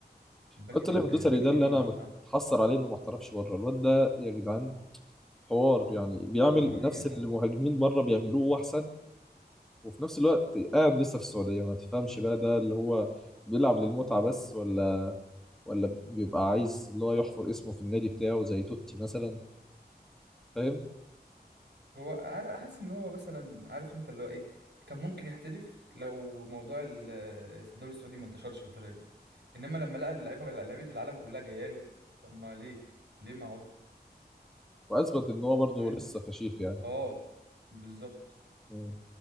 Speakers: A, on the right (about 85°); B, in the centre.
A: الباك
B: قلت
A: ال-
B: له الدوسري
A: الباك
B: ده
A: اليمين
B: اللي انا
A: اه بتاعه
B: متحسر عليه انه ما احترفش بره الواد ده يا جدعان حوار يعني بيعمل
A: هو رهيب
B: نفس اللي
A: اه
B: المهاجمين بره بيعملوه واحسن وفي نفس الوقت قاعد لسه في السعوديه ما تفهمش بقى ده اللي هو بيلعب للمتعه بس ولا ولا بيبقى عايز اللي هو يحفر اسمه في النادي بتاعه زي توتي مثلا فاهم
A: هو ع- حاسس ان هو مثلا عارف انت اللي هو ايه كان ممكن يحترف لو موضوع ال- الدوري السعودي ما انتشرش بالطريقه دي انما لما لقى اللعيبه لعيبه العالم كلها جايه له طب ما ليه ليه ما عودش
B: واثبت ان هو برضه
A: فاهم
B: لسه فشيخ يعني
A: اه بالظبط
B: مم.